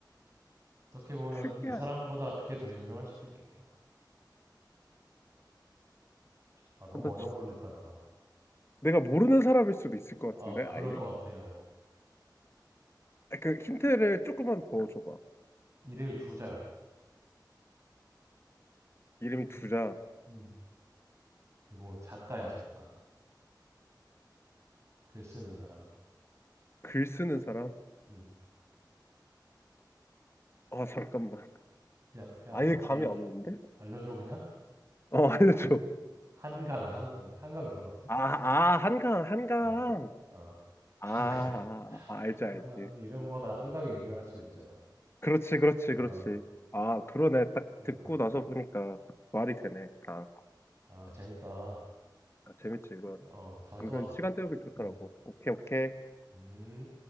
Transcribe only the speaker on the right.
어떻게 보면
이 사람보다
그게 더 유명할 수도 있겠다. 아, 너무
어려운
걸로 했다 보다.
아, 그럴
것 같아요.
이름이 두 자야.
음,
음. 그리고 작가야, 작가. 글 쓰는 사람이야.
음.
그냥 그냥
알,
알려줘.
알려줘 그냥.
한강, 한강. 한강 들어봤어?
한강
아, 아,
한강,
<laughs>
한강,
이름보다 한강이 유명할 수도 있잖아.
어,
어,
아, 재밌다.
어, 다음에
또 하자.
음,
음.